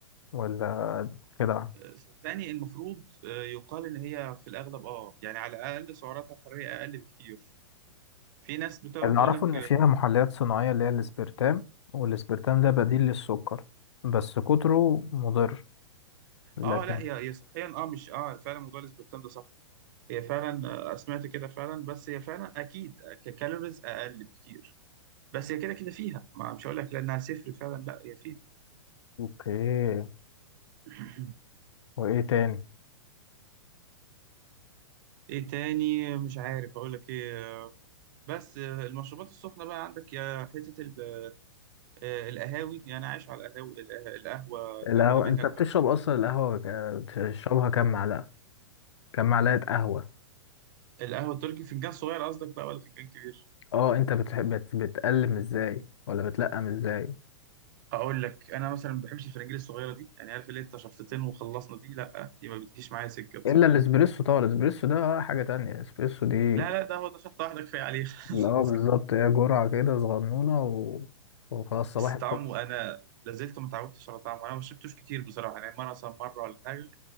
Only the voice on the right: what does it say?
آه، صدقني المفروض آه، يقال ان هي في الاغلب اه يعني على الاقل سعراتها الحراريه اقل بكتير في ناس بتقعد
تقول
لك
اه
آه، لا هي هي صحيا اه مش اه فعلا موضوع الاسبرتام ده صح هي فعلا آه، سمعت كده فعلا بس هي فعلا اكيد ككالوريز اقل بكتير بس هي كده كده فيها ما مش هقول لك لانها صفر فعلا لا هي فيها
<coughs> <laughs>
ايه تاني مش عارف اقول لك ايه بس آه، المشروبات السخنة بقى عندك يا حتة ال- آه، القهاوي يعني عايش على القهاوي القه- القهوة القهوة
الأمريكان
كافي
القهوة التركي فنجان صغير قصدك بقى ولا فنجان كبير؟
أقول لك أنا مثلا ما بحبش الفرنجيل الصغيرة دي يعني عارف اللي أنت شفطتين وخلصنا دي لأ دي ما بتجيش معايا سكة بصراحة
لا لا ده هو ده شفطة واحدة كفاية عليه <laughs>
خلاص
كده
بس طعمه أنا لازلت ما اتعودتش على طعمه أنا ما شربتوش كتير بصراحة يعني مرة مثلا مرة ولا حاجة